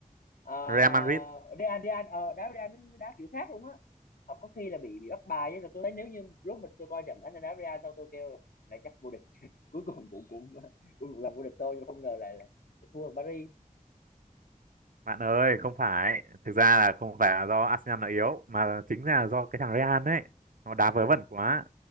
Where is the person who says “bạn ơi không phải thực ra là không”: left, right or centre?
Right